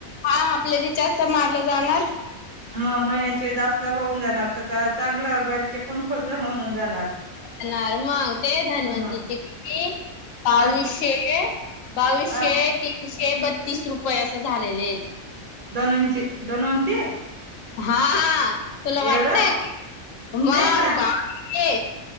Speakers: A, on the left; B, on the right.
A: हा आपल्या रिचार त मारलं जाणार
B: मग महिन्याची व जास्त होऊन जाणार. तर चांगलं घरचे पण खर्च होऊन जाणार..
A: णार मग ते धनवंतीचे
B: ह
A: किती बावीसशे
B: अ
A: बावीसशे
B: अ
A: तीनशे बत तीस रुपये असं झालेले आहेत.
B: दोनंची धन्वंती
A: हा हा तुला वाटतय.
B: एवढं
A: मग
B: नाही ना
A: बा, ते